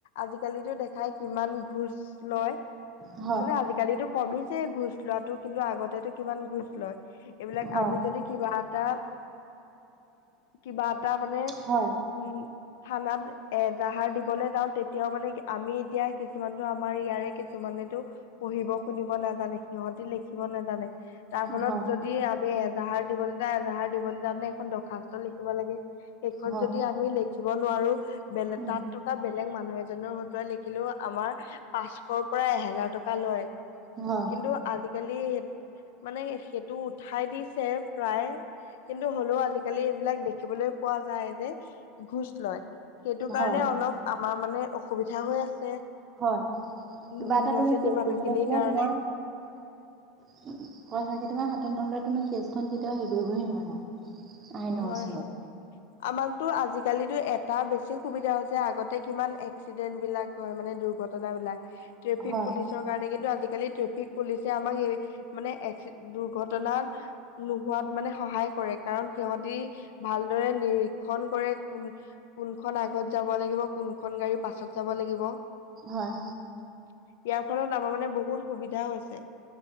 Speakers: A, on the left; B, on the right.
A: আজিকালিতো দেখাই কিমান ঘোঁচ লয়।
B: <inaudible>
A: মানে আজিকালিতটো কমিছে ঘোচ লোৱাটো কিন্তু আগতেটো কিমান ঘোচ লয় এইবিলাক
B: হয়
A: আমি যদি কিবা এটা, কিবা এটা মানে,
B: হয়
A: উম। থানাত এজাহাৰ দিবলৈ যাও, তেতিয়াও মানে আমি এতিয়া কিছুমানতো আমাৰ ইয়াৰে কিছুমান। মানো পঢ়িব, শুনিব নাজানে সিহঁতি লিখিব নাজানে, তাৰ ফলত
B: হয়
A: যদি এজাহাৰ দিবলৈ যা এজাহাৰ দিবলৈ যা, তানে এখন দৰ্খাস্ত লিখিব লাগে সেইখন
B: হয়
A: যদি আমি ল লিখিব নোৱাৰো বেলে
B: উম
A: তাত থকা বেলে বেলেগ মানুহ এজনৰ সতাই লিখিলো আমাৰ পাঁচশৰ পৰা এহেজাৰ টকা লয়।
B: হয়
A: কিন্তু আজিকালি স, মানে, সেইটো উঠাই দিছে, প্ৰায় কিন্তু হ'লেও আজিকালি এইবিলাক দেখিবলৈ পোৱা যায় যে, ঘোচ লয়, সেইটো কাৰণে
B: হয়
A: অলপ আমাৰ মানে অসুবিধা হৈ আছে।
B: হয়, কিবা
A: নিম্ন
B: এটা তুমি
A: শ্ৰেণীৰ
B: কে
A: মানুহখিনিৰ
B: দিব লাগলে,
A: কাৰণে
B: তোমাৰ খৰচা তমাৰ হাত তেনেহলে তুমি কেছখন কেতিয়াও হেৰিহি নোৱাৰা আহি ন,
A: হয়
B: ওচৰত
A: হয় আমাকতো আজিকালিতো এটা বেছি সুবিধা হৈছে, আগতে কিমান এক্সিডেন্ট বিলাক হয় মানে দুৰ্ঘটনা। ঘটাবলাক ট্ৰেফিক
B: হয়,
A: পুলিচৰ কাৰণে কিন্তু আজি আজালি ট্ৰেফিক পুলিচ আমাক এই মানে দুৰ্ঘটনা নোহোৱাত মানে সহায় কৰে, কাৰণ সিহতি ভালদৰে নিৰীক্ষণ কৰে। কোন, কোনখন আগত যাব লাগিব কোনখন গাড়ী পাছত যাব লাগিব। ইয়াৰ
B: হয়,
A: ফলত আমাৰ মানে বহুত সুবিধা হৈছে।